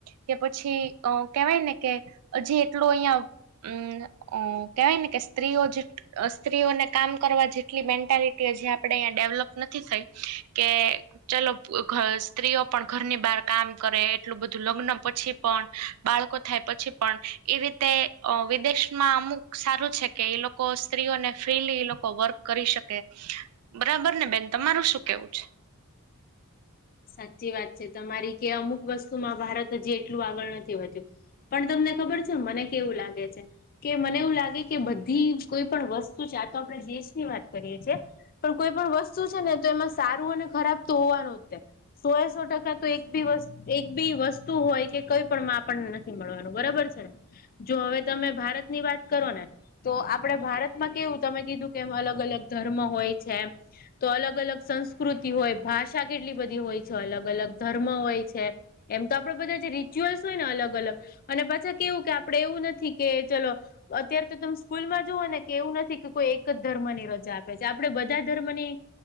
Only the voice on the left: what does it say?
સાચી વાત છે તમારી કે અમુક વસ્તુમાં ભારત હજી એટલું આગળ નથી વધ્યું. પણ તમને ખબર છે મને કેવું લાગે છે. કે મને એવું લાગે કે બધી કોઈ પણ વસ્તુ ચાતો આપણે દેશ ની વાત કરીએ છે. પણ કોઈ પણ વસ્તુ છે ને તો એમાં સારું અને ખરાબ તો હોવાનું તે. સોયાસો ટકા તો એક બી વસ્ત. એક બી વસ્તુ હોય કે કઈ પણ આપણને નથી મળવાનું બરાબર છે. જો હવે તમે ભારત ની વાત કરો ને. તો આપણે ભારતમાં કેવું તમે કીધું કે અલગ અલગ ધર્મ હોય છે એમ. તો અલગ અલગ સંસ્કૃતિ હોય ભાષા કેટલી બધી હોય છે અલગ અલગ ધર્મ હોય છે. એમ તો આપડે બધા જે રિચ્યુઅલ્સ હોય ને અલગ અલગ. અને પાછા કેવું કે આપડે એવું નથી કે ચલો. અત્યારે તો તમે સ્કૂલમાં જુઓ ને કે એવું નથી કે કોઈ એક જ ધર્મની રજા આપે છે આપડણે બધા ધર્મની